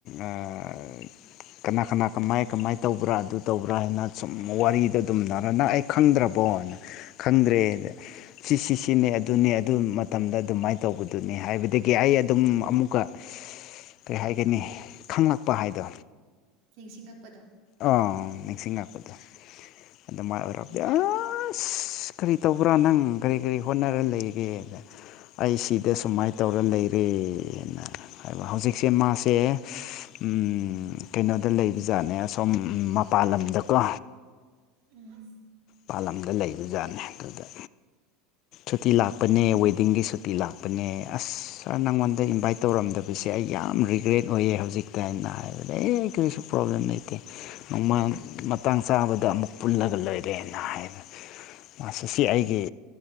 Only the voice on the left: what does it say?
ꯑꯥ꯫ ꯀꯅꯥ ꯀꯅꯥ ꯀꯃꯥꯏ ꯀꯃꯥꯏ ꯇꯧꯕ꯭ꯔꯥ ꯑꯗꯨ ꯇꯧꯕ꯭ꯔꯥ ꯍꯥꯏꯅ ꯁꯨꯝ ꯋꯥꯔꯤꯗ ꯑꯗꯨꯝ ꯅꯔꯅ ꯑꯩ꯫ ꯈꯪꯗ꯭ꯔꯕꯣꯅ ꯈꯪꯗ꯭ꯔꯦꯗꯤ ꯁꯤ ꯁꯤ꯫ ꯑꯗꯨꯅꯦ ꯑꯗꯨꯅꯦ ꯑꯗꯨ ꯃꯇꯝꯗ ꯑꯗꯨꯃꯥꯏꯅ ꯇꯧꯕꯗꯨꯅꯤ ꯍꯥꯏꯕꯗꯒꯤ ꯑꯩ ꯑꯗꯨꯝ ꯑꯃꯨꯛꯀ꯫ ꯀꯔꯤ ꯍꯥꯏꯒꯅꯤ ꯈꯪꯂꯛꯄ ꯍꯥꯏꯗꯣ꯫
ꯑꯥ ꯅꯤꯡꯁꯤꯡꯉꯛꯄꯗꯣ ꯑꯗꯨ ꯃꯥꯏ ꯑꯣꯏꯔꯛꯕꯗꯤ
ꯑꯁ꯫ ꯀꯔꯤ ꯇꯧꯕ꯭ꯔꯥ ꯅꯪ ꯀꯔꯤ ꯀꯔꯤ ꯍꯣꯠꯅꯔ ꯂꯩꯔꯦ꯫ ꯑꯩ ꯁꯤꯗ ꯁꯨꯃꯥꯏꯅ ꯇꯧꯔ ꯂꯩꯔꯦꯅ꯫ ꯍꯧꯖꯤꯛꯁꯦ ꯃꯥꯁꯦ ꯎꯝ ꯀꯩꯅꯣꯗ ꯂꯩꯕ ꯖꯥꯠꯅꯦ꯫ ꯁꯨꯝ ꯃꯄꯥꯟ ꯂꯝꯗꯀꯣ꯫
ꯄꯥꯟꯂꯝꯗ ꯂꯩꯕ ꯖꯥꯠꯅꯦ ꯑꯗꯨꯗ ꯁꯨꯇꯤ ꯂꯥꯛꯄꯅꯦ ꯋꯦꯗꯤꯡꯒꯤ ꯁꯨ ꯅꯨ ꯄꯄꯤ ꯂꯥꯛꯄꯅꯦ ꯑꯁ ꯈꯔ ꯅꯪꯉꯣꯟꯗ ꯏꯟꯚꯥꯏꯠ ꯇꯧꯔꯝꯗꯕꯁꯦ ꯑꯩ ꯌꯥꯝ ꯔꯤꯒ꯭ꯔꯦꯠ ꯑꯣꯏꯌꯦ ꯍꯧꯖꯤꯛꯇ ꯍꯥꯏꯅ ꯍꯥꯏꯗ ꯑꯦ ꯀꯔꯤꯁꯨ ꯄ꯭ꯔꯣꯕ꯭ꯂꯦꯝ ꯂꯩꯇꯦ ꯅꯣꯡꯃ ꯃꯇꯥꯡ ꯆꯥꯕꯗ ꯑꯃꯨꯛ ꯄꯨꯜꯂꯒ ꯂꯣꯏꯔꯦꯅ ꯍꯥꯏꯔ ꯃꯥꯁꯤꯁꯤ ꯑꯩꯒꯤ